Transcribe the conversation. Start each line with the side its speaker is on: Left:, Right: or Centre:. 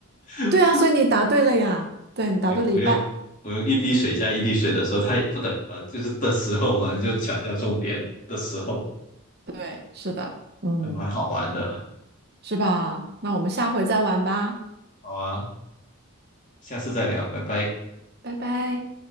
Left: <laughs>
Right: 对啊，所以你答对了呀，对，你答对了一半。
Left: 我我用我用一滴水加一滴水的时候，它也不等于二，就是的时候嘛，你就强调重点的时候，
Right: 对，是的，嗯，
Left: 还蛮好玩的。
Right: 是吧？那我们下回再玩吧，
Left: 好啊，下次再聊，拜拜。
Right: 拜拜。